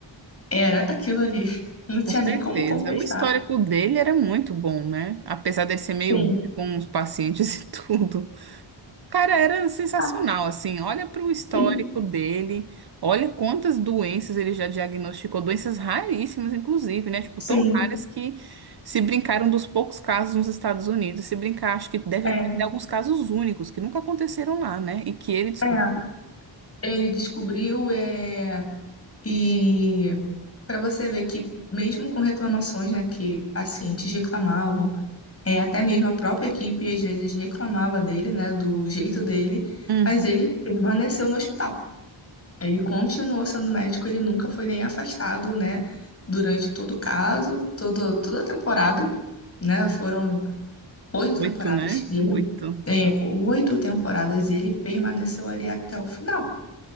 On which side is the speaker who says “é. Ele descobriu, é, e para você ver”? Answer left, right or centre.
Left